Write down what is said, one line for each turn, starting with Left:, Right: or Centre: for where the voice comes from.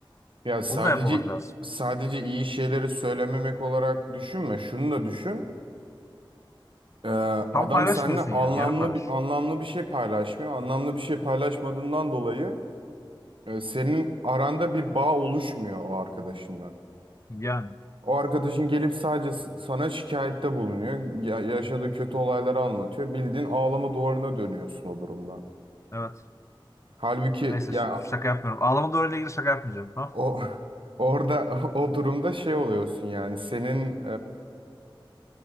Right: Ya sadece
Left: onu da yapmamak lazım.
Right: sadece iyi şeyleri söylememek olarak düşünme şunu da düşün. Ee,
Left: Tam
Right: adam
Left: paylaşmıyorsun
Right: seninle anlamlı
Left: yani. Yarım paylaş.
Right: bir anlamlı bir şey paylaşmıyor. Anlamlı bir şey paylaşmadığından dolayı e, senin aranda bir bağ oluşmuyor o arkadaşınla.
Left: Yani
Right: O arkadaşın gelip sadece s- sana şikayette bulunuyor. Ya- yaşadığı kötü olayları anlatıyor. Bildiğin ağlama duvarına dönüyorsun o durumda.
Left: evet.
Right: Halbuki
Left: Neyse
Right: ya
Left: ş- şaka yapmıyorum. Ağlama doğruyla ilgili şaka yapmayacağım. Tamam.
Right: o <laughs> orada <laughs> o durumda şey oluyorsun yani senin